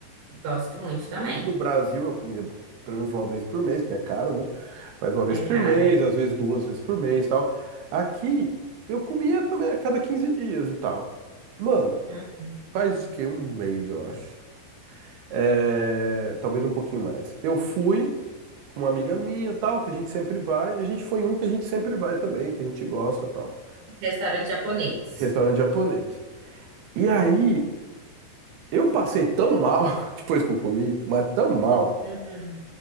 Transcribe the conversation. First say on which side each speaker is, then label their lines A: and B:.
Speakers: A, on the right; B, on the right.
A: gosto muito também.
B: No Brasil, eu comia pelo menos uma vez por mês, porque é caro, né? Mas uma vez
A: É
B: por
A: caro,
B: mês,
A: é.
B: às vezes duas vezes por mês e tal. Aqui, eu comia também a cada 15 dias e tal. Mano.
A: Uhum.
B: Faz o quê? Um mês, eu acho. É, talvez um pouquinho mais. Eu fui com uma amiga minha, tal, que a gente sempre vai. E a gente foi em um que a gente sempre vai também, que a gente gosta, tal.
A: Restaurante japonês.
B: Restaurante japonês. E aí,
A: É.
B: eu passei tão mal <laughs> depois que eu comi, mas tão mal.
A: Uhum.